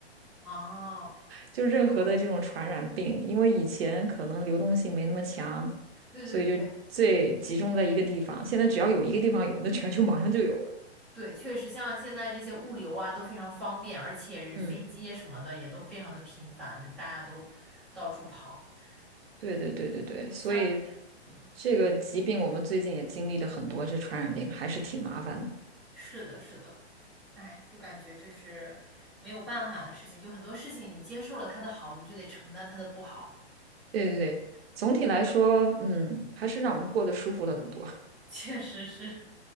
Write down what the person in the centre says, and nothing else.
哦
哦，
对对对
对，确实像现在这些物流啊都非常方便，而且飞机啊什么的也都非常的频繁，
就大家都到处跑。
对，
像。对。
是的，是的，哎，就感觉这是没有办法的事情，就很多事情你接受了它的好，你就得承担它的不好，<laughs>
确实是。